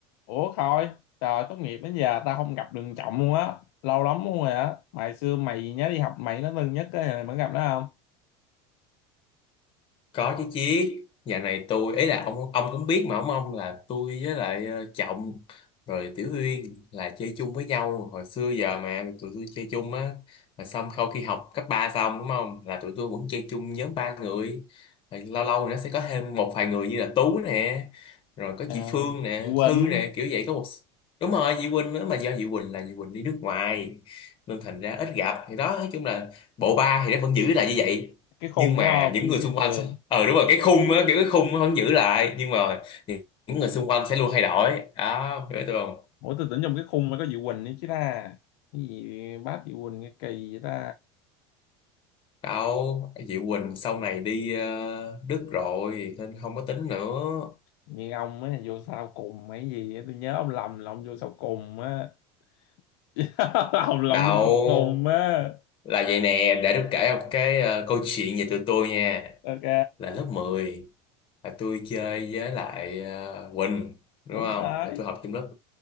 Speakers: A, on the left (about 70°); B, on the left (about 40°).
A: Ủa Khôi, trời tốt nghiệp đến giờ tao không gặp Đường Trọng luôn á, lâu lắm luôn rồi á. Mày xưa mày nhớ đi học mày nó thân nhất cái này mày gặp nó không?
B: Có chứ chiết Nhà này tôi ấy là ông ông cũng biết mà ông ông là tôi với lại ờ, Trọng rồi Tiểu Uyên là chơi chung với nhau hồi xưa giờ mà tụi tôi chơi chung á mà xong sau khi học cấp 3 xong đúng không là tụi tôi vẫn chơi chung nhóm ba người rồi lâu lâu thì nó sẽ có thêm một vài người như là Tú nè rồi có
A: À,
B: chị Phương nè
A: Diệu Quỳnh,
B: Thư nè kiểu vậy có một đúng rồi chị Quỳnh nữa mà do chị Quỳnh là chị Quỳnh đi nước ngoài nên thành ra ít gặp thì đó nói chung là bộ ba thì nó vẫn giữ lại như vậy
A: cái khung
B: nhưng mà
A: đúng không?
B: những
A: Vẫn như
B: người
A: cái
B: xung
A: sườn.
B: quanh ờ đúng rồi cái khung á kiểu cái khung nó vẫn giữ lại nhưng mà những những người xung quanh sẽ luôn thay đổi đó hiểu tôi không
A: Ủa tôi tưởng trong cái khung mới có Diệu Quỳnh nữa chứ ta. Cái gì bác Diệu Quỳnh cái kỳ vậy ta.
B: đâu Diệu Quỳnh sau này đi ờ, Đức rồi nên không có tính nữa
A: Như ông ấy là vô sau cùng mấy gì á, tôi nhớ ông lầm là ông vô sau cùng á. <laughs> Ông lầm
B: đâu
A: vô sau cùng á.
B: là vậy nè để tôi kể một cái ờ, câu chuyện về tụi tôi nha
A: Ok,
B: là lớp mười là tôi chơi với lại ờ, Quỳnh đúng
A: đúng
B: không
A: rồi.
B: là tôi học chung lớp